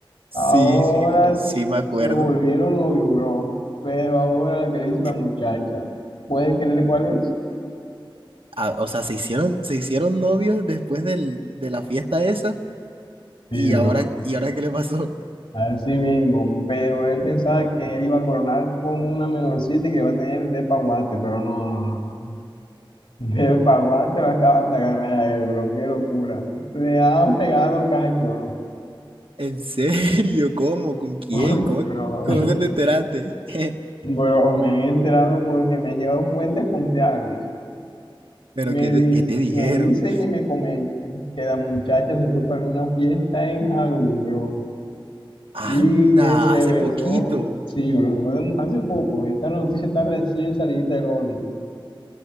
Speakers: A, on the right; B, on the left.
A: Sí,
B: Ahora
A: sí, sí me acuerdo.
B: se volvieron novios, bro, pero ahora la que le hizo la
A: Eh,
B: muchacha, ¿puedes creer cuál es?
A: ah, o sea, se hicieron, se hicieron novios después del, de la fiesta esa.
B: Sí,
A: ¿Y
B: bro.
A: ahora, y ahora qué le pasó?
B: Así mismo, pero él pensaba que él iba a coronar con una menorcita y que iba a tener de paguate, pero no, no, no. no. De paguate lo acaban de agarrar a él, bro, qué locura. Le han pegado cacho, bro.
A: <laughs> ¿En serio? ¿Cómo? ¿Con quién?
B: <laughs> Oye,
A: ¿Cómo,
B: bro,
A: cómo que te enteraste? <laughs>
B: bro, me han enterado porque me han llegado fuentes confiables.
A: ¿Pero
B: Me
A: qué te,
B: dicen,
A: qué te dijeron?
B: me dicen y me comentan que la muchacha se fue para una fiesta en Halloween, bro, y
A: Anda,
B: que se
A: hace
B: besó,
A: poquito.
B: sí, bro, fue hace poco, esta noticia está recién salida del horno.